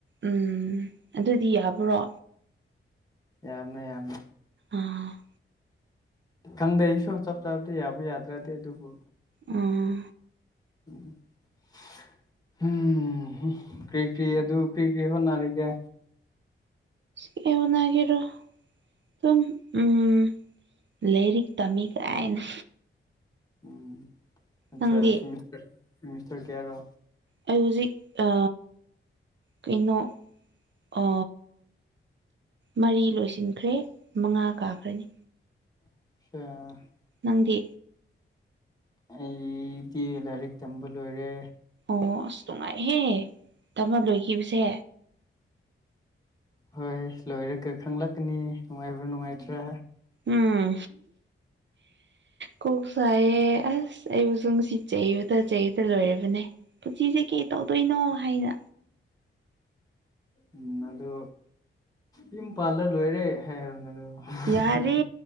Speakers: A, on the right (about 60°); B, on the left (about 15°).
A: ꯎꯝ ꯑꯗꯨꯗꯤ ꯌꯥꯕ꯭ꯔꯣ
B: ꯌꯥꯕꯅꯦ ꯌꯥꯕꯅꯦ
A: ꯑꯥ <unintelligible>
B: ꯈꯪꯗꯦ ꯑꯩꯁꯨ ꯆꯞ ꯆꯥꯕꯗꯤ ꯌꯥꯕ꯭ꯔ ꯌꯥꯗ꯭ꯔꯗꯤ ꯑꯗꯨꯕꯨ
A: ꯎꯝ
B: <unintelligible> ꯎꯝ ꯀꯔꯤ ꯀꯔꯤ ꯑꯗꯨ ꯀꯔꯤ ꯀꯔꯤ ꯍꯣꯠꯅꯔꯤꯒꯦ
A: ꯀꯩ ꯍꯣꯠꯅꯒꯦꯔꯣ ꯑꯗꯨꯝ ꯎꯝ ꯂꯥꯏꯔꯤꯛ ꯇꯝꯃꯤ ꯀꯥꯏꯅ
B: ꯎꯝ ꯑꯆꯥ
A: ꯅꯪꯗꯤ
B: ꯁꯦꯃꯤꯁꯇꯔ ꯁꯦꯃꯤꯁꯇꯔ ꯀꯌꯥꯔꯣ
A: ꯑꯩ ꯍꯧꯖꯤꯛ ꯑ ꯀꯩꯅꯣ ꯑ ꯃꯔꯤ ꯂꯣꯏꯁꯤꯟꯈ꯭ꯔꯦ ꯃꯉꯥ ꯀꯥꯈ꯭ꯔꯅꯤ
B: ꯑꯆꯥ
A: ꯅꯪꯗꯤ
B: ꯑꯩꯗꯤ ꯂꯥꯏꯔꯤꯛ ꯇꯝꯕ ꯂꯣꯏꯔꯦ
A: ꯑꯣ ꯑꯁ ꯅꯨꯡꯉꯥꯏꯍꯦ ꯇꯝꯕ ꯂꯣꯏꯈꯤꯕꯁꯦ
B: ꯍꯣꯏ ꯂꯣꯏꯔꯒ ꯈꯪꯂꯛꯀꯅꯤ ꯅꯨꯡꯉꯥꯏꯕ꯭ꯔ ꯅꯨꯡꯉꯥꯏꯇ꯭ꯔ
A: ꯎꯝ ꯀꯣꯛ ꯆꯥꯏꯑꯦ ꯑꯁ ꯑꯩꯕꯨꯁꯨ ꯉꯁꯤ ꯆꯩꯕꯗ ꯆꯩꯕꯗ ꯂꯣꯏꯔꯕꯅꯦ ꯄꯨꯟꯁꯤꯁꯦ ꯀꯩ ꯇꯧꯗꯣꯏꯅꯣ ꯍꯥꯏꯅ
B: ꯎꯝ ꯑꯗꯨ ꯌꯨꯝꯄꯥꯜꯂ ꯂꯣꯏꯔꯦ ꯍꯥꯏꯔꯣꯅ ꯑꯗꯣ <unintelligible>
A: ꯌꯥꯔꯦ